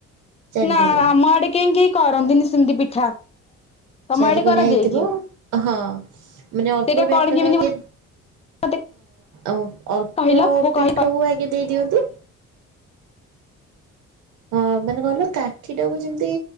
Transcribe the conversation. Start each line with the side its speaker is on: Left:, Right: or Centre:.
Right: ଚାରିକଣିଆ
Left: ନା ଆମ ଆଡେ କେହି କେହି କରନ୍ତିନି ସେମିତି ପିଠା ତମ
Right: ଚାରିକଣିଆ
Left: ଆଡେ କରାଯାଏ
Right: ହେଇଥିବ
Left: କି?
Right: ହଁ ମାନେ ଅଲ୍ପ
Left: ସେଇଟା
Right: ବ୍ୟାଟର
Left: କଣ କେମିତି
Right: ଆଗେ
Left: ମତେ
Right: ଅ ଅଳ୍ପ
Left: କହିଲ ମୁଁ
Right: ପିଠଉକୁ
Left: କହି
Right: ଆଗେ ଦେଇ ଦିଅନ୍ତୁ ହଁ ମାନେ କହିଲ କାଠିଟାକୁ ଯେମିତି